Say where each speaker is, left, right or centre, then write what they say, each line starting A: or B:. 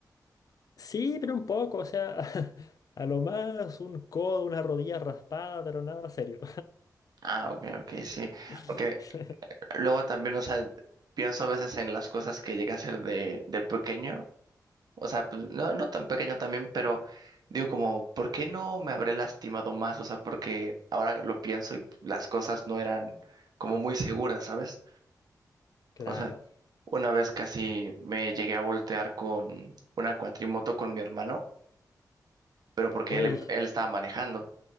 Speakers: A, on the left; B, on the right.
A: Sí, pero un poco, o sea, <laughs> a lo más un codo, una rodilla raspada, pero nada serio.
B: Ah, ok, ok, sí.
A: <laughs>
B: Porque luego también, o sea, pienso a veces en las cosas que llegué a hacer de, de pequeño O sea, pues no, no tan pequeño también, pero digo como, ¿por qué no me habré lastimado más? O sea, porque ahora lo pienso y las cosas no eran como muy seguras, ¿sabes?
A: Claro.
B: O sea, una vez casi me llegué a voltear con una cuatrimoto con mi hermano, pero porque
A: Uy.
B: él, em- él estaba manejando